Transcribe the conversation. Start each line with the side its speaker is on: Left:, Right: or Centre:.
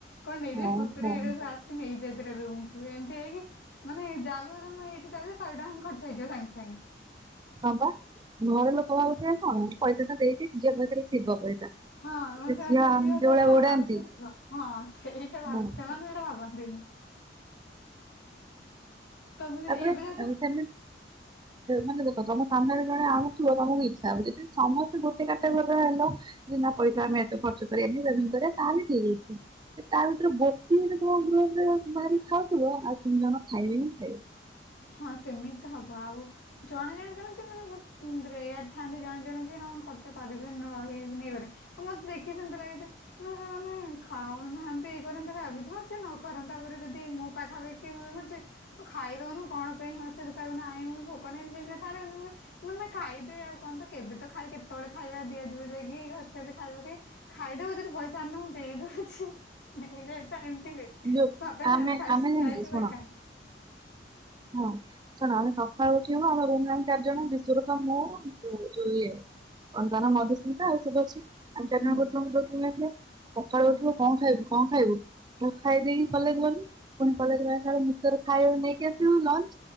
Left: କଣ ନେଇଯିବି
Right: ହଁ
Left: କୁର୍ କୁରି।
Right: ହଁ
Left: <unintelligible> ସେ ନେଇଯାଇଥିଲେ ରୁମକୁ ଏମିତି ହେଇକି ମାନେ ଯାଉ <unintelligible> ଶହେ ଟଙ୍କା ଖର୍ଚ୍ଚ ହେଇଯିବ ସାଙ୍ଗେ ସାଙ୍ଗେ।
Right: ହଁ ପା। ଘର ଲୋକ ଭାବୁଥିବେ କଣ ମୁଁ ପଇସା ତ ଦେଇଚି ଝିଅ ପାଖରେ ଥିବ ପଇସା।
Left: ହଁ ସେମାନେ
Right: ଝିଅ
Left: ଦେଇଥିବେ ହଜାରେ
Right: ଯୋଉ ଭଳିଆ
Left: ଟଙ୍କା
Right: ଗୋଡାନ୍ତି
Left: ଭାବୁଥିବେ ଥିବ। ହଁ ସେଇଟା
Right: ହଁ
Left: ସେମାନେ ସେଇଟା ଭାବନ୍ତିନି। ତମେ
Right: ତାପରେ।
Left: ଏବେ ଯାଉଛ
Right: <unintelligible> ମାନେ ଦେଖ ତମ ସାମ୍ନା ରେ ଜଣେ ଆଣୁଥିବ ତମକୁ ଇଚ୍ଛା ହବ। ସମସ୍ତେ ଗୋଟେ କାଟଗୋରୀ ର ହେଲ ନା ପଇସା ଆମେ ଏତେ ଖର୍ଚ୍ଚ କରିବାନି ସେ ଭିତରେ ତାହେଲେ ଠିକ୍ ଅଛି। ତା ଭିତରେ ଗୋଟିଏ ବି ତମ ଗ୍ରୁପ୍ ରେ ବାହାରି ଖାଉଥିବ, ଆଉ ତିନି ଜଣ ଖାଇବେ ହିଁ ଖାଇବେ।
Left: ହଁ ସେମିତି ତ ହବ। ଆଉ ଜଣେ ଜଣେ ସେମିତି ମାନେ ବହୁତ ରେୟାର ଥାନ୍ତି ଜଣେ ଜଣେ ଯେ ହଁ ଖର୍ଚ୍ଚ କରିବେ <unintelligible> ଇଏ କରିବି। ମତେ ଦେଖି ସେମିତି ଲାଗେ ଯେ କିଲୋ ସେମାନେ ଖାଉନାହାନ୍ତି ଇଏ। <unintelligible> ସେ ନ କରନ୍ତୁ। ତାପରେ ଯଦି ମୋ ପାଖାପାଖି କିଏ ରୁହନ୍ତେ ତୁ ଖାଇଦଉନୁ କଣ ପାଇଁ ସେ ହେଠୁ କହିବ ନାଇଁ ଭୋକ ନାହିଁ। <unintelligible> ଖାଇଦେ ଆଉ କଣ ତ କେବେ ତ ଖାଇ କେତେବେଳେ ଖାଇବା ଦି ଦିଆଯିବ ଯାଇକି ହଷ୍ଟେଲରେ ଖାଇବାକୁ, ଖାଇଦବୁ ଯଦି ପଇସା ଆଣିନୁ ମୁଁ ଦେଇଦଉଛି। ଦିନେ ଦିନେ ତ ଏମିତି ହୁଏ
Right: ଯୋଉ
Left: ଭାବେନା
Right: ଆମେ
Left: ମୁଁ ଖାଇବି
Right: ଆମେ
Left: ସିଏ
Right: ଜାଣିଛୁ
Left: ଠିଆ ହେଇଥିବ
Right: ଶୁଣ
Left: ଏକା।
Right: ହଁ ଶୁଣ, ଆମେ ସକାଳୁ ଉଠିବୁ ଆମ ରୁମ୍ ରେ ଆମେ ଚାରି ଜଣ ବିଶ୍ଵରୂପା, ମୁଁ ଯୋଉ ଇଏ କଣ ତା ନା ମଧୁସ୍ମିତା ଆଉ ଶୁଭଶ୍ରୀ। ଆମ ଚାରିଜଣ
Left: ହୁଁ।
Right: ରହୁଥିଲୁ ଗୋଟେ ରୁମ୍ ରେ ସକାଳୁ
Left: ହଁ।
Right: ଉଠିବୁ କଣ କଣ ଖାଇବୁ କଣ ଖାଇବୁ ଖାଇ ମୁଁ ଖାଇଦେଇକି କଲେଜ୍ ଗଲି ପୁଣି କଲେଜରୁ ଆସିଲା ବେଳେ ମୁଁ ତ ଖାଇବା ନେଇକି ଆସ୍ ଲଞ୍ଚ୍